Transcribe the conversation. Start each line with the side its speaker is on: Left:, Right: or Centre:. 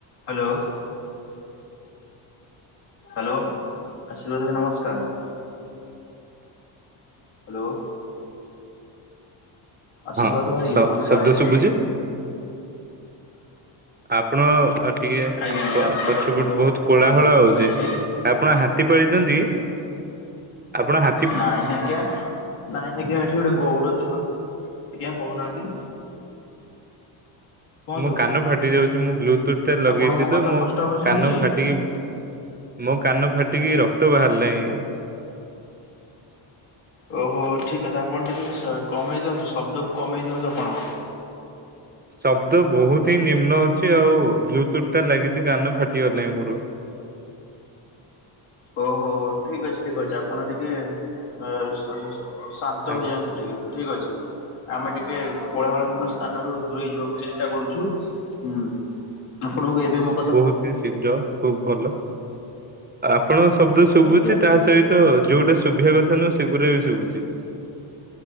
Left: ହ୍ୟାଲୋ। ହ୍ୟାଲୋ। ଆ ସୁଭଦ୍ରା ନମସ୍କାର। ହ୍ୟାଲୋ ଆଶୀର୍ବାଦ
Right: ହଁ
Left: ଭାଇ
Right: ଶ
Left: ନମସ୍କାର।
Right: ଶବ୍ଦ ଶୁଭୁଛି ଆପଣ ଟିକେ
Left: ଆଜ୍ଞା ଆଜ୍ଞା
Right: ପ
Left: ଆପଣଙ୍କ
Right: ପଛ
Left: କଥା
Right: ପଟୁ
Left: ମତେ
Right: ବହୁତ କୋଳାହୋଳ
Left: ଭଲସେ
Right: ଆଉଛି।
Left: ଶୁଭୁଛି
Right: ଆପଣ ହାତୀ ପାଳିଛନ୍ତି? ଆପଣ ହା
Left: ନାଇଁ ଆଜ୍ଞା, ନାଇଁ ଆଜ୍ଞା ଏଠି ଗୋଟେ ଗଉଡ ଛୁଆ ଆଜ୍ଞା କହୁନାହାନ୍ତି। କୁହନ୍ତୁ
Right: ମୋ କାନ ଫାଟି ଯାଉଛି, ମୁଁ ବ୍ଲୁଟୁଥଟା ଲଗେଇଛି
Left: ଆପଣଙ୍କୁ କଥା
Right: ତ ମୋ
Left: ସ୍ପଷ୍ଟ ଭାବରେ ଶୁଭୁଛି?
Right: କାନ ଫାଟିକି ମୋ କାନ ଫାଟିକି ରକ୍ତ ବାହାରିଲାଇଁ।
Left: ଓହୋ ହୋ ଠିକ କଥା। ଆପଣ ଟିକେ କମେଇ ଦିଅନ୍ତୁ ଶବ୍ଦକୁ କମେଇ ଦିଅନ୍ତୁ ଆପଣ।
Right: ଶବ୍ଦ ବହୁତ ହିଁ ନିମ୍ନ ଅଛି ଆଉ ବ୍ଲୁଟୁଥଟା ଲାଗିଚି କାନ ଫାଟିଗଲାଇଁ ମୋର।
Left: ଓ ହୋ ହୋ, ଠିକ ଅଛି। ଠିକ ଅଛି ଆପଣ ଟିକେ ଏ ଶ-ଶ-ଶ-ଶାନ୍ତ
Right: ଆଜ୍ଞା
Left: ହେଇଯାଆନ୍ତୁ ଟିକେ, ଠିକ ଅଛି। ଆମେ ଟିକେ କୋଳାହଳ ପୂର୍ଣ୍ଣ ସ୍ଥାନରୁ ଦୂରେଇ ଯିବାକୁ ଚେଷ୍ଟା କରୁଛୁ। ହୁଁ। ଆପଣଙ୍କୁ ଏବେ ମୁଁ
Right: ବହୁତ ହି ଶୀଘ୍ର, ଖୁବ ଭଲ। ଆପଣଙ୍କ ଶବ୍ଦ ଶୁଭୁଛି,
Left: ଆଜ୍ଞା
Right: ତା ସହିତ ଯୋଉଟା ଶୁଭିବା କଥା ନୁହଁ ସେଗୁରା ବି ଶୁଭୁଛି।